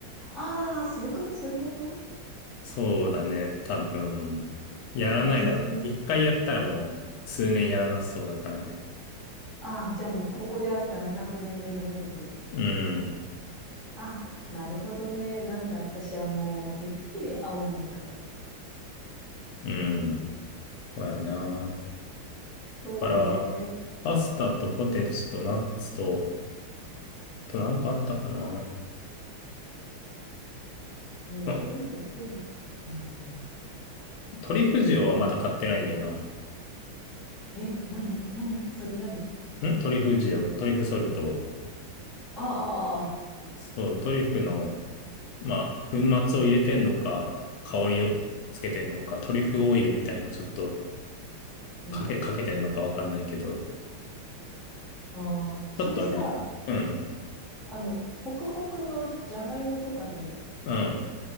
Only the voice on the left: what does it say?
そうだね、多分、やらないだろうね。
一回やったらもう数年やらなそうだからね。
うん、
うん、そうやな。
だから、パスタとポテチとナッツと、あとなんかあったかな。
ま、
トリュフ塩はまだ買ってないんだよな。
んトリュフ塩、トリュフソルト
そう、トリュフの、まあ、粉末を入れてんのか、香りをつけてんのか、トリュフオイルみたいのをちょっと
かけ、かけてんのかわかんないけど、
ちょっとね、うん、
うん、